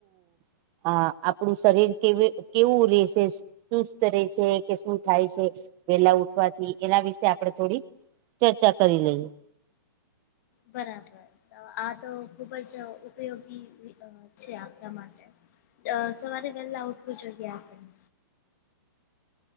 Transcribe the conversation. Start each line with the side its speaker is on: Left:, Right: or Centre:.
Right: <inaudible> આ આપણું શરીર કેવી કેવું રેહશે? સુસ્ત રહે છે કે શું થાય છે વેલા ઉઠવાથી એના વિશે આપડણે થોડી ચર્ચા કરી લઈએ.
Left: બરાબર આ તો ખુબ જ ઉપયોગી છે આપણા માટે. અ સવારે વહેલા ઉઠવું જોઈએ આપણે.